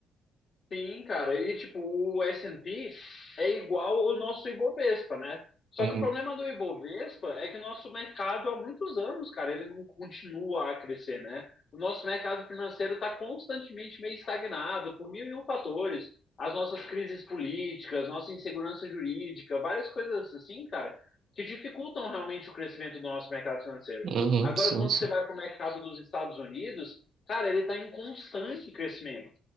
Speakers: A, on the left (about 50°); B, on the right (about 65°).
A: Sim, cara. E tipo, o S&P é igual ao nosso Ibovespa, né? Só
B: Uhum.
A: que o problema do Ibovespa é que o nosso mercado há muitos anos, cara, ele não continua a crescer, né? O nosso mercado financeiro está constantemente meio estagnado por mil e um fatores. As nossas crises políticas, nossa insegurança jurídica, várias coisas assim, cara, que dificultam realmente o crescimento do nosso mercado financeiro.
B: Uhum,
A: Agora,
B: sim,
A: quando
B: sim.
A: você vai para o mercado dos Estados Unidos, cara, ele está em constante crescimento